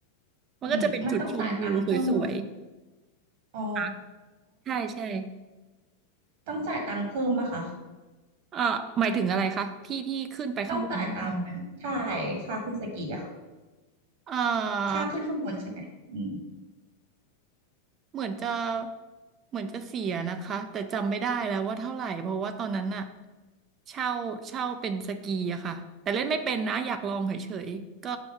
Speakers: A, on the right; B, on the right.
A: มันก็จะเป็นจุดชมวิวสวย
B: อืมมันต้องจ่ายตังค์เพิ่มป่ะคะอ๋อ
A: ๆค่ะใช่ใช่
B: ต้องจ่ายตังค์เพิ่มป่ะคะ
A: เอ่อหมายถึงอะไรคะที่ที่ขึ้นไปข้างบนได้ไหม
B: ต้องจ่ายตังค์ใช่ค่าขึ้นสกีอะค่ะ
A: เอ่อ
B: ค่าขึ้นข้างบนใช่ไหมอืม
A: เหมือนจะเหมือนจะเสียนะคะแต่จำไม่ได้แล้วว่าเท่าไหร่เพราะว่าตอนนั้นอะเช่าเช่าเป็นสกีอะค่ะแต่เล่นไม่เป็นนะอยากลองเฉยๆก็